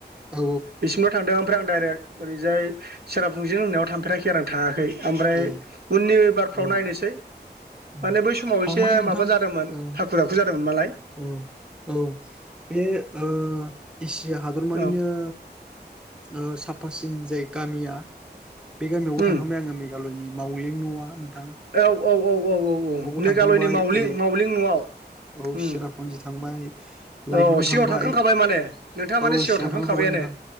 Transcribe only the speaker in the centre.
औ
ए
औ
उम
थांबाय
नोंथां
औ
औ औ बे ओ एसिया हादरमानिनो
ओ साफासिन जाय गामिया बे गामियावबो
थांबाय आङो मेघालयनि मावालिं नोंथां न'आ
बावबो
थांखांबाय
ओरै
औ
सिरापुन्जि थांबाय लाइटलुम
थांबाय
औ
थांखांखाबाय नोंथां